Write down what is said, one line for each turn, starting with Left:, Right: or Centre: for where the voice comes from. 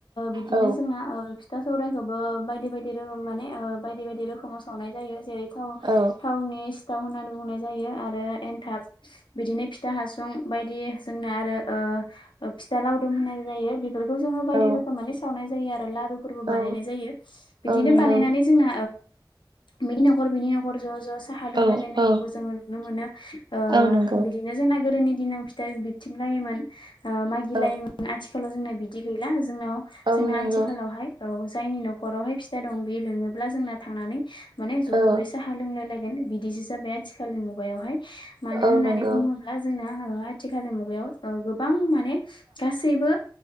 Left: बिदिनो
Right: औ
Left: जोंना फिथा सौरायखौबो बायदि बाय माने बायदि बायदि रोखोमाव सावनाय जायो जेरै थाव
Right: औ
Left: थावनि सिथाव होननानै बुंनाय जायो आरो एन्थाब बिदिनो फिथा हासुं बायदि जोंना आरो ओ फिथा लावदुम होननाय जायो बे बेखौ जोङो बायदि
Right: औ
Left: रख सावनाय जायो आरो लारुबो
Right: औ
Left: बानायनाय जायो बिदिनो
Right: औ नंगौ
Left: बानायनानै ज जोंना बिनि न'खर बिनि न'खर ज' ज' साहा लोंलायलायनायखौबो
Right: औ औ
Left: जोङो नुनो मोनो। बिदिनो
Right: औ नंगौ
Left: जोंना गोदोनि दिनाव फिथाइ बिबथिं लायोमोन मागिलायोमोन
Right: औ
Left: आथिखालाव जोंना बिदि गैला जोंनाव
Right: औ
Left: जोंना।
Right: नंगौ
Left: आथिखालावहाय औ जायनि न'खरावहाय फिथा दं बे लोङोब्ला जोंना थांनानै माने ज'
Right: औ
Left: ज'यै सा लोंलाय लायगोन बिदिसो जाबाय आथिखालनि मुगायावहाय मानो
Right: औ
Left: होननानै
Right: नंगौ
Left: बुङोब्ला जोंना ओ आथिखालनि मुगायाव गोबां माने गासैबो